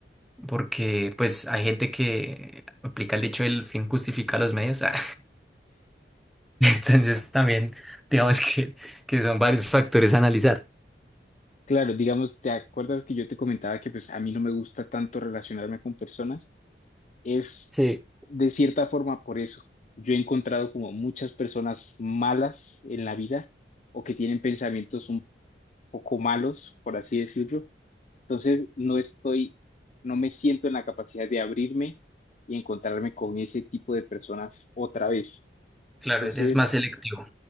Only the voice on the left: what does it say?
Claro, digamos, ¿te acuerdas que yo te comentaba que pues a mí no me gusta tanto relacionarme con personas? Es
de cierta forma por eso. Yo he encontrado como muchas personas malas en la vida o que tienen pensamientos un poco malos, por así decirlo. Entonces, no estoy, no me siento en la capacidad de abrirme y encontrarme con ese tipo de personas otra vez.
Entonces,